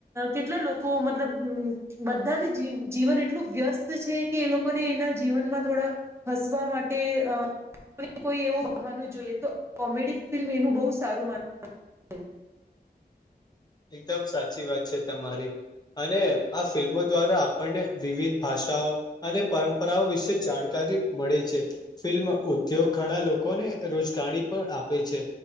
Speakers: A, on the right; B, on the left.
A: કેટલા લોકો મતલબ અમ બધાની જીવન એ એટલું વ્યસ્ત છે કે એ લોકોને એના જીવનમાં થોડા હસવા માટે અ કોને કોઈ એવું બહાનું જોઈએ તો આ કોમેડી ફિલ્મ એનું બહુ સારું માન <unintelligible>
B: એકદમ સાચી વાત છે તમારી. અને આ ફિલ્મો દ્વારા આપણને વિવિધ ભાષાઓ અને પરંપરાઓ વિશે જાણકાર રી મળે છે, ફિલ્મ ઉદ્યોગ ઘણા લોકોને રોજગારી પણ આપે છે.